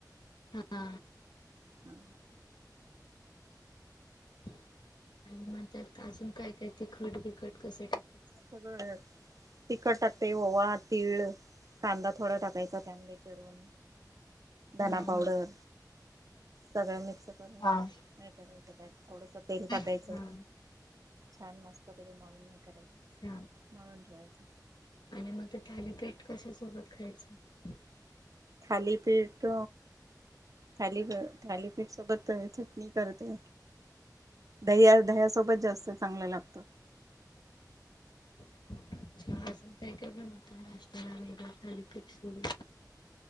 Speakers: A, on the left; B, on the right.
A: हा
B: हा.
A: आणि मगं त्यात अजून काय काय तिखट बिखट कसं टाकाय
B: सगळं. तिखट टाकते, ओवा, तीळ, कांदा थोडा टाकायचा त्यामध्ये चिरून. धना
A: हा हा
B: पावडर, सगळें मिक्स करून
A: हा हा
B: नाही करायचं, त्यात थोडंस तेल टाकायचं,
A: हा
B: छान मस्त पीठ मळून करायचं
A: अच्छा
B: मळून ठेवायचं
A: आणि मगं ते थालीपीठ कशा सोबत खायचं?
B: थालीपीठ थाली थालीपीठ सोबत चटणी करते. दह्या, दह्यासोबत जास्त चांगलं लागत.
A: अच्छा अजून काही? नता नाशताला वेग सॅलिब्रिट सोडू <inaudible>